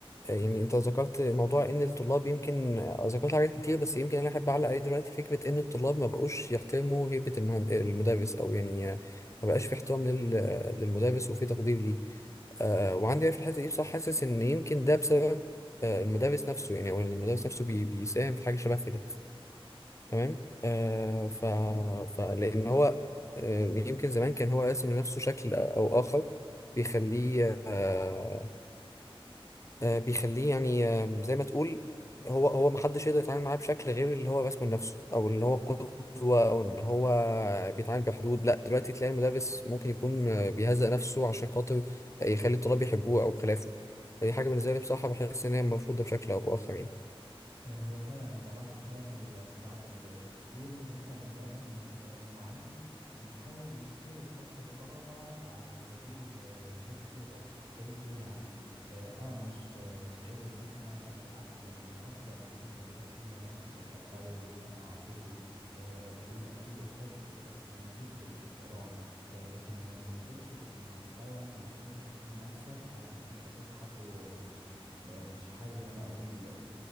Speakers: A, on the left; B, on the right.
A: آه، يعني انت ذكرت موضوع ان الطلاب يمكن آه، ذكرت حاجات كتير بس يمكن انا احب اعلق عليه دلوقتي فكره ان الطلاب ما بقوش يحترموا هيبه المهند... المدرس او يعني آه، ما بقاش في احترام لل... للمدرس وفي تقدير ليه آه، وعندي راي في الحته دي بصراحه حاسس ان يمكن ده بسبب آه، المدرس نفسه يعني او إن المدرس نفسه بي... بيساهم في حاجه شبه كده تمام آه، ف... فلان هو آه، يمكن زمان كان هو راسم لنفسه شكل او اخر بيخليه آه، آه، بيخليه يعني آه، زي ما تقول هو هو ما حدش يقدر يتعامل معاه بشكل غير اللي هو رسمه لنفسه او اللي هو قدوه او ان هو بيتعامل بحدود لا دلوقتي تلاقي المدرس ممكن يكون آه، بيهزأ نفسه عشان خاطر يخلي الطلاب يحبوه او خلافه فدي حاجه بالنسبه لي بصراحه بحس ان هي المفروض ده بشكل او باخر يعني
B: آه، هو فعلا انا بلاحظ ده في ال- في بعض ال- الفصول ان احنا بنلاقي ان ال- المعلم بيحاول يشتري حب الطلبة على سبيل آه، هيبته او شخصيته يعني اه آه، مش آه، مش عيب ان احنا بل بالعكس ده من الافضل انك انت يبقى فيه مناخ تربوي ومناخ عاطفي آه، ويبقى فيه حب بس ممزوج بالاحترام آه، لكن ما تنزلش للمستوى انك انت تهين نفسك او انك انت تضحك ويعني آه، مش حابب ان انا اقول